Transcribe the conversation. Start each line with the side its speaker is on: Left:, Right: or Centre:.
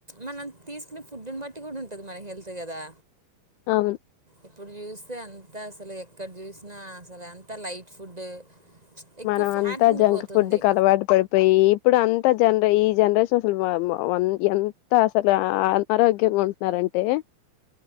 Right: మనం తీసుకునే ఫుడ్ ని బట్టి కూడా ఉంటది మన హెల్త్ కదా
Left: అవును
Right: ఇప్పుడు చూస్తే అంత అసలు ఎక్కడ చూసినా అసలు అంత లైట్ ఫుడ్ ఎక్కువ
Left: మనం
Right: ఫ్యాట్
Left: అంతా
Right: ఉండిపోతుంది
Left: జంక్ ఫుడ్ కు అలవాటు పడిపోయి ఇప్పుడు అంతా జన్ ఈ జనరేషన్ అసలు మా మ వ ఎంత అసలు అనారోగ్యంగా ఉంటున్నారంటే